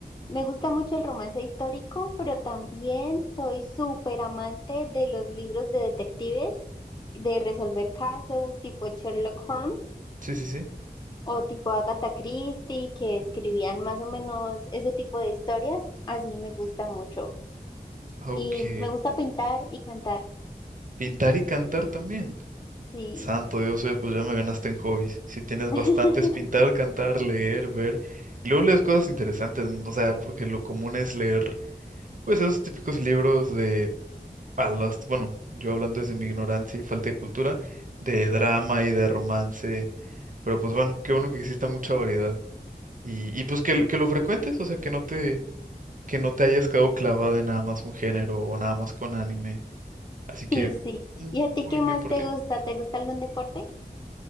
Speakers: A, on the left (about 25°); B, on the right (about 50°).
A: me gusta mucho el romance histórico, pero también soy súper amante de los libros de detectives, de resolver casos tipo Sherlock Holmes.
B: sí, sí, sí.
A: O tipo Agatha Christie, que escribían más o menos ese tipo de historias. Así me gusta mucho.
B: Ok,
A: Y me gusta pintar y cantar.
B: pintar y cantar también.
A: Sí.
B: Santo Dios, oye, pues ya me ganaste en hobbies. Si tienes
A: <laughs>
B: bastantes, pintar, cantar, leer, ver. Y luego lees cosas interesantes, o sea, porque lo común es leer, pues esos típicos libros de a las, bueno, yo hablando desde mi ignorancia y falta de cultura, de drama y de romance, pero pues bueno, qué bueno que exista mucha variedad. Y, y pues que, que lo frecuentes, o sea, que no te, que no te hayas quedado clavada en nada más un género o nada más con anime. Así que
A: Sí, sí.
B: muy,
A: ¿Y a ti
B: muy
A: qué
B: bien
A: más
B: por
A: te
B: ti.
A: gusta? ¿Te gusta algún deporte?